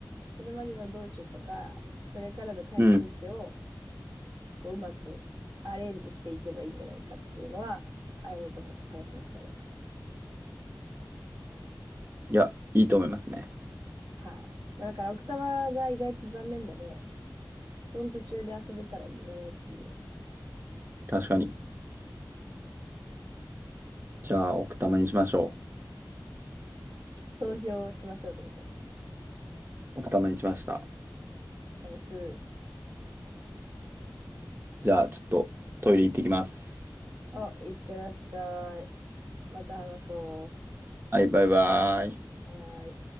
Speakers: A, on the right (about 75°); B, on the right (about 30°).
A: それまでの道中とか、それからの帰り道を、
B: うん。
A: こう、うまくアレンジしていけばいいんじゃないかっていうのは、あやめとも話しましたね。
B: いや、いいと思いますね。
A: はい。まあ、だから奥多摩が意外と残念でも、その途中で遊べたらいいんじゃねっていう。
B: 確かに。じゃあ、奥多摩にしましょ
A: 投票しましょうってこと。
B: う。奥多摩にしました。
A: ナイス。
B: じゃあ、ちょっとトイレ行ってきます。
A: あ、いってらっしゃい。また話そ
B: はい、バイバイ。
A: う。はーい。